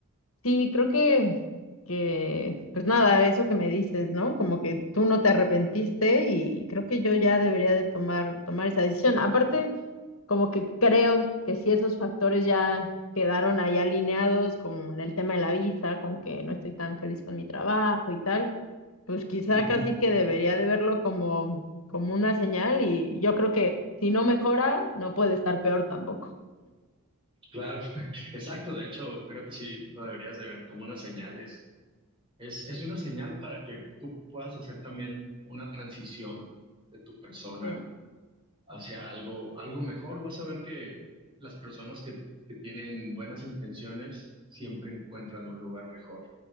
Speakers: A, on the left; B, on the right.
A: Sí, creo que, que, pues nada, eso que me dices, ¿no? Como que tú no te arrepentiste y creo que yo ya debería de tomar, tomar esa decisión. Aparte, como que creo que sí esos factores ya quedaron ahí alineados con el tema de la visa, con que no estoy tan feliz con mi trabajo y tal, pues quizá
B: Ujú,
A: casi
B: ujú,
A: que debería de verlo como, como una señal y yo creo que si no mejora, no puede estar peor tampoco.
B: Claro, <laughs> exacto, de hecho, creo que sí lo deberías de ver como unas señales. Es, es una señal para que tú puedas hacer también una transición de tu persona
A: Sí.
B: hacia algo, algo mejor. Vas a ver que las personas que, que tienen buenas intenciones siempre encuentran un lugar mejor,